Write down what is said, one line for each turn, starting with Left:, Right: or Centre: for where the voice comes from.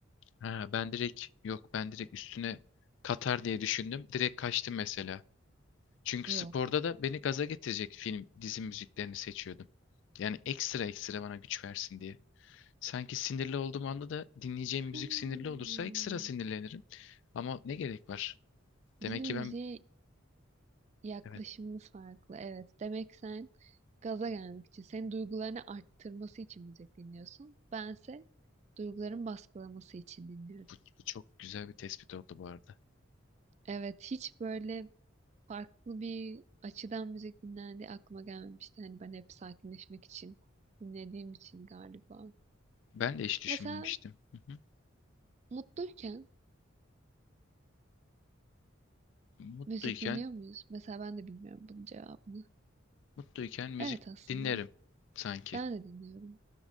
Left: ha, ben direkt yok ben direkt üstüne katar diye düşündüm. Direkt kaçtım mesela. Çünkü
Right: Yok.
Left: sporda da beni gaza getirecek film, dizi müziklerini seçiyordum. Yani ekstra ekstra bana güç versin diye. Sanki sinirli olduğum anda da dinleyeceğim müzik
Right: Hmm.
Left: sinirli olursa ekstra sinirlenirim. Ama ne gerek var?
Right: Bizim
Left: Demek ki ben
Right: müziğe yaklaşımımız
Left: evet.
Right: farklı. Evet. Demek sen gaza gelmek için, senin duygularını arttırması için müzik dinliyorsun. Bense duyguların baskılaması için dinliyorum.
Left: Bu, bu çok güzel bir tespit oldu bu arada.
Right: Evet, hiç böyle farklı bir açıdan müzik dinlendiği aklıma gelmemişti. Hani ben hep sakinleşmek için dinlediğim için galiba.
Left: Ben de hiç düşünmemiştim.
Right: Mesela
Left: Hı hı.
Right: mutluyken
Left: Mutluyken,
Right: müzik dinliyor muyuz? Mesela ben de bilmiyorum bunun cevabını.
Left: mutluyken müzik
Right: Evet aslında
Left: dinlerim sanki.
Right: ben de dinliyorum.